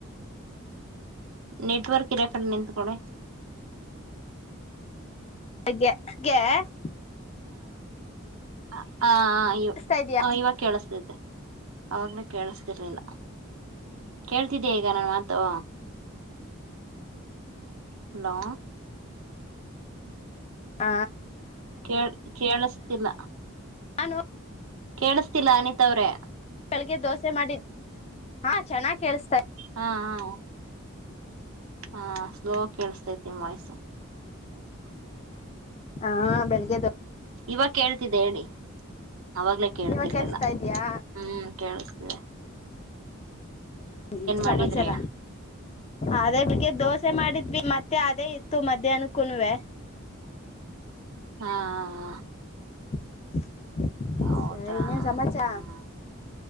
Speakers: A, on the right; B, on the left.
A: ನೆಟ್ವರ್ಕ್ ಇರ ಕಡೆ ನಿಂತ್ ಕೋಳಿ
B: ಹಾಗೆ ಹಾಗೆ <unintelligible>
A: ಹ <inaudible> ಹ ಇ
B: ಕೇಳಿಸ್ತಾ ಇದೀಯಾ
A: ಇವಾಗ ಕೇಳಸ್ <unintelligible> ಅವಾಗ್ಲೇ ಕೇಳಸ್ತಿರ್ಲಿಲ್ಲ ಕೇಳ್ತಿದ್ದೆ ಈಗ ನನ್ ಮಾತು ಹಲೋ
B: ಹ
A: ಕೆಳ್ ಕೇಲ್ಸ್ತಿಲ್ಲ
B: ನಾನು
A: ಕೇಳ್ಸ್ತಿಲ್ಲ ಅನಿತ ಅವ್ರೆ
B: ಬೆಳಿಗ್ಗೆ ದೋಸೆ ಮಾಡಿದ್ದ್ ಹಾ ಚೆನ್ನಾಗ್ ಕೇಳಸ್ತ್
A: ಹಾ ಹಾ ಹಾ ಸ್ಲೋ ಕೇಳಿಸ್ತೈತಿಮ ವಾಯ್ಸ
B: ಹಾ ಬೆಳಿಗ್ಗೆ ದು
A: ಇವ ಕೇಳ್ತಿದೆ ಹೇಳಿ ಅವಾಗ್ಲೇ ಕೇಳ್ತಿರ್ಲಿಲ್ಲ
B: ಇವಾಗ ಕೇಳಿಸ್ತಾ ಇದೀಯಾ
A: ಹ್ಮ್ ಕೇೇಳಿಸತಿದೆ
B: ಹ್ಮ್
A: ಮಾಡಿದ್ರಿ
B: ಸಮಾಚಾರ ಅದೇ ಬಿಗ್ಗೆ ದೋಸೆ ಮಾಡಿದ್ವಿ ಮತ್ತೆ ಮತ್ತೆ ಅದೇ ಇತ್ತು ಮಧ್ಯಾಹ್ನಕೂಣುವವೆ
A: ಹಾ ಹ
B: <unintelligible>
A: ಹೌದಾ
B: ಸರಿನೇ ಸಮಾಚಾರ
A: ಹ್ಮ